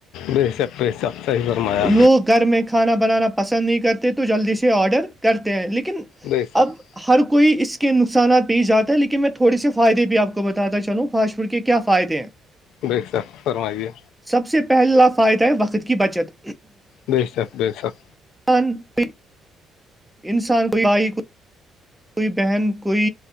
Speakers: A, on the left (about 85°); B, in the centre.
A: بے شک بے شک صحیح فرمایا
B: لوگ گھر میں کھانا بنانا پسند نہیں کرتے تو جلدی سے آڈر کرتے ہیں لیکن
A: بے شک
B: اب ہر کوئی اس کے نقصانات پیش جاتا ہے لیکن میں تھوڑے سے فائدے بھی آپ کو بتاتا چلوں فاسٹ فوڈ کے کیا فائدے ہیں
A: بے سر فرمائیے
B: سب سے پہلا فائدہ ہے وقت کی بچت
A: بے شخ بے شاکخ
B: ت پک انسان کوئی آئی کوئی کوئی بہن کوئی